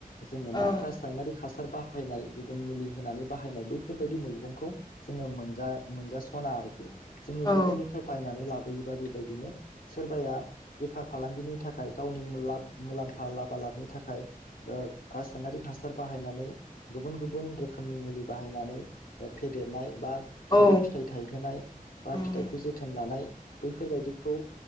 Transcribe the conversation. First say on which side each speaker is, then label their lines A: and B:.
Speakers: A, on the left; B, on the left.
A: जोङो
B: औ
A: मा रासायनारि हासार बा बाहायनाय गुबुन मुलि होनानै बाहायनाय बैफोरबायदि मैगंखौ जोङो मोनजा मोनजास'ना आरोखि जोङो
B: औ
A: गुबुननिफ्राय बायनानै लाब‌ बेबायदि बायदिनो सोरबाया बेफार फालांगिनि थाखाय गावनि मुलाब मुलाम लाबा लाबनि थाखाय ओ रासायनारि हासार बाहायनानै गुबुन गुबुन रोखोमनि मुलि बाहायनानै फेदेरनाय बा
B: औ
A: थाबै फिथाइ थायहोनाय बा
B: औ
A: फिथाइखौ जोथोन ला नाय बैफोरबायदिखौ